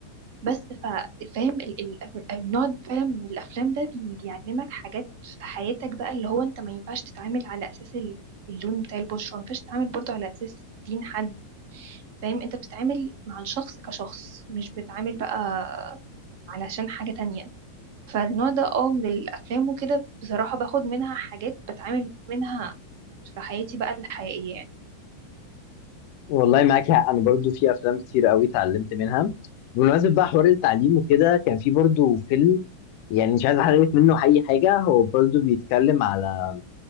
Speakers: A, on the right; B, on the left.
A: بس ف- فاهم ال- ال- النوع فعلا من الافلام ده بي- بيعلمك حاجات في حياتك بقى اللي هو انت ما ينفعش تتعامل على اساس ال- اللون بتاع البشره ما ينفعش تتعامل برضه على اساس دين حد فاهم انت بتتعامل مع الشخص كشخص مش بتتعامل بقى علشان حاجة تانية فالنوع ده اه من الافلام وكده بصراحة باخد منها حاجات بتعامل منها في حياتي بقى الحقيقية يعني
B: والله معاك حق انا برضو في افلام كتير قوي اتعلمت منها بمناسبه بقى حوار التعليم وكده كان في برضو فيلم يعني مش عايز احرق لك منه اي حاجه هو برضو بيتكلم على